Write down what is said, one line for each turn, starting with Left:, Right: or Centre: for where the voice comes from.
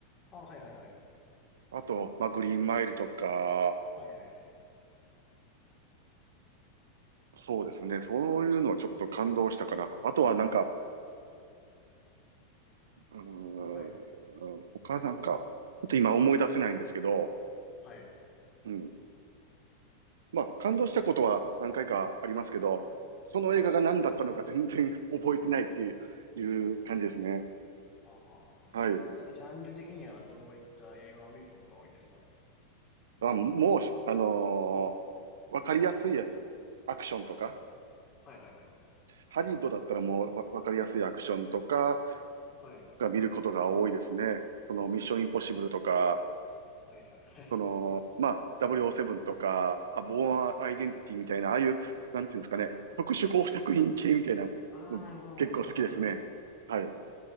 Left: あ、はいはいはい。
Right: あと、まあ、グリーンマイルとか、
Left: はいはいはい。
Right: そうですね。そういうのはちょっと感動したかな。あとはなんか、うーん、
Left: はい、
Right: 他なんか、ちょっと今思い出せないんですけど、
Left: はい、
Right: うん。まあ、感動したことは何回かありますけど、その映画が何だったのか全然
Left: はい。
Right: <laughs> 覚えてないっていう、いう感じですね。
Left: はあはあはあで、
Right: はい。
Left: なんかジャンル的にはどういった映画を見ることが多いんですか
Right: あ、もう、あのーわかりやすいアクションとか、
Left: はいはいはい。
Right: ハリウッドだったらもうわ、わかりやすいアクションとか
Left: はい。
Right: が見ることが多いですね。そのミッションインポッシブルとか、
Left: あーはいはいはい。
Right: その、まあ、0ブ7とか、あ、ボーンアイデンティティみたいな、
Left: はい。
Right: ああいう、なんていうんですかね、特殊工作品系みたいな、
Left: ああ、なるほどなるほど。
Right: 結構好きですね。
Left: はいはいはい。
Right: はい。